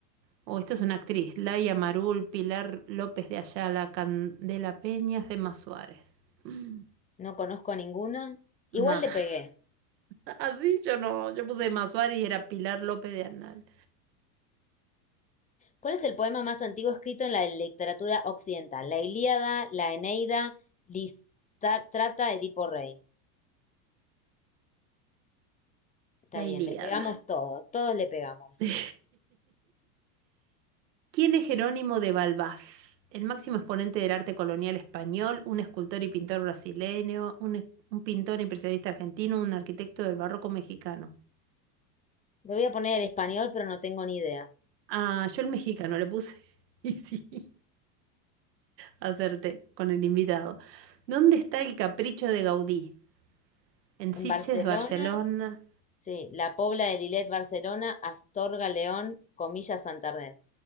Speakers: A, on the right; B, on the left.
A: Oh, esto es una actriz. Laia Marul, Pilar López de Ayala, Candela Peñas, de Suárez. Mm,
B: no conozco ninguna. Igual
A: Nah,
B: le pegué.
A: <laughs> así yo no. Yo puse Emma Suárez y era Pilar López de Anal.
B: ¿Cuál es el poema más antiguo escrito en la literatura occidental? La Ilíada, la Eneida, Listrata, Edipo Rey. Está
A: La Ilíada.
B: bien, le pegamos todos, todos le pegamos.
A: <laughs> ¿Quién es Jerónimo de Balbás? El máximo exponente del arte colonial español, un escultor y pintor brasileño, un, es- un pintor impresionista argentino, un arquitecto del barroco mexicano.
B: Le voy a poner el español, pero no tengo ni idea.
A: Ah, yo el mexicano le puse. <laughs> Y sí, acerté con el invitado. ¿Dónde está el capricho de Gaudí? En
B: En
A: Sitges,
B: Barcelona,
A: Barcelona.
B: sí, La Pobla de Lillet, Barcelona, Astorga, León, comillas, Santander.